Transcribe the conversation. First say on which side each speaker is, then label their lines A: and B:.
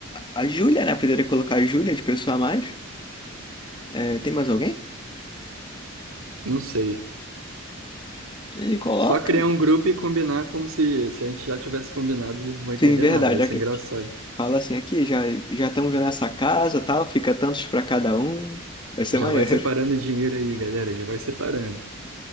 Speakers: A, on the left; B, on the right.
A: a Júlia, né? Poderia colocar a Júlia de pessoa a mais. É, tem mais alguém?
B: Não sei.
A: Ele coloca.
B: Só criar um grupo e combinar como se, se a gente já tivesse combinado, e não vou entender
A: Sim, verdade.
B: nada, vai ser
A: aqui.
B: engraçado.
A: Fala assim, aqui já já estamos vendo essa casa, tal, fica tantos pra cada um. Vai ser
B: Já
A: maneiro.
B: vai separando
A: <laughs>
B: dinheiro aí, galera. Já vai separando.